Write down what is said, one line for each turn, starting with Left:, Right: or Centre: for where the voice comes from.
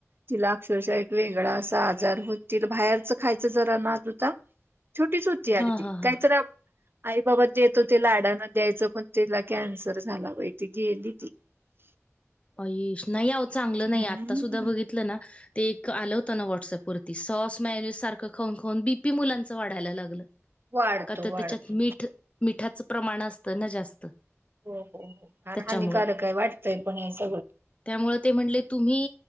Right: तिला अक्षरशः एक वेगळा असा आजार होत तिला बाहेरच खायचं जरा ना तता छोटीच होती अगदी
Left: हा हा
Right: काहीत
Left: हा
Right: आई बाबा देतो ते लाडाान द्यायचं पण त्याला कॅन्सर झाला बाती गेली ती हा
Left: अईश नाही आ चांगलं नाही
Right: हम्म.
Left: आत्ता सुद्धा बघितलं ना ते एक आलं हो व्हॉट्सअप वरती सॉस मॅन्यूज सारं खाऊ खऊन बीपी मुलांचं वाढायला लागलं
Right: वाढतो
Left: का तर
Right: वाढतो
Left: त्याच्यात मठ मिठाचं प्रमाण असतं ना जास्त
Right: हो हो हो
Left: त्याच्यामुळे.
Right: फार हानिकारक आहे वाटतंय पण याच
Left: त्यामुळे ते म्हणले तुम्ही